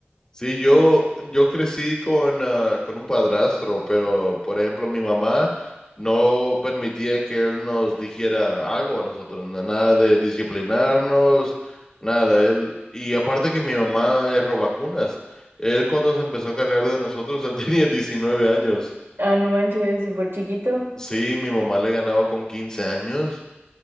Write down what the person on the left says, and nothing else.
Sí, yo, yo crecí con, ah, con un padrastro, pero por ejemplo mi mamá no permitía que él nos dijera algo a nosotros, na- nada de disciplinarnos, nada. Él, y aparte que mi mamá es robacunas, él cuando se empezó a cargar de nosotros, él <laughs> tenía 19 años.
Sí, mi mamá le ganaba con 15 años